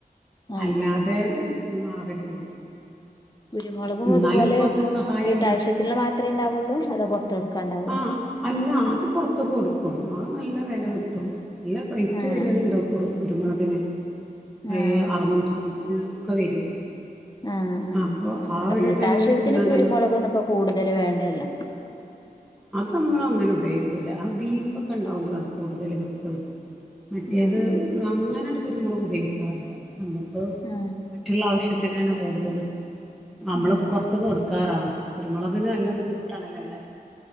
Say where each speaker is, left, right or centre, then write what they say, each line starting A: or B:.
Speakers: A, on the left; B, in the centre.
A: ആഹ്
B: അല്ലാതെ
A: ആഹ്
B: ഉം അവലില്ല
A: കുരുമുളകും
B: എന്നാലും
A: അതുപോലെ
B: ഉപ്പായ്ക്കൊരു സഹായാണ്
A: വീട്ടാവശ്യത്തിനുള്ള മാത്രേ ഉണ്ടാവുള്ളൂ അതോ പുറത്ത് കൊടുക്കാണ്ടാവോ?
B: ആഹ് അല്ല അത് പുറത്ത് കൊടുക്കും അത് നല്ല വില
A: ആഹ്
B: കിട്ടും നല്ല റേറ്റ്
A: ആഹ്
B: വരല്ണ്ടാവും കുരുമുളകിന്
A: ആഹ്
B: ഏഹ്
A: ആഹ്
B: അറുനൂറ്റി സംതിങ്ങ് ഒക്കെ വരും
A: ആഹ്
B: അപ്പൊ ആ ഒരു
A: വീട്ടാവശ്യത്തിന്
B: ടൈം വെച്ച്കാണ്ടാണ്
A: കുരുമുളകൊന്നു ഇപ്പോ കൂടുതല് വേണ്ടല്ലോ
B: നമ്മള് അങ്ങനെ ഉപയോഗിക്കൂല. ബീഫ്ഒക്കെ ഉണ്ടാവുമ്പോഴാണ് കൂടുതൽ വെക്കുന്നത്. മറ്റേത്
A: ആഹ്
B: അങ്ങനെ എടു കുരുമുളക് ഉപയോഗിക്കാറില്ല. നമുക്ക്
A: ആഹ്
B: മറ്റുള്ള ആവശ്യ ത്തിനാണ് കൂടുതലും. നമ്മള്
A: ആഹ്
B: പോറത്ത് കൊടു ക്കാറാണ് കുരുമുളകിന് നല്ല ബുദ്ധിമുട്ടാണ് എല്ലാവ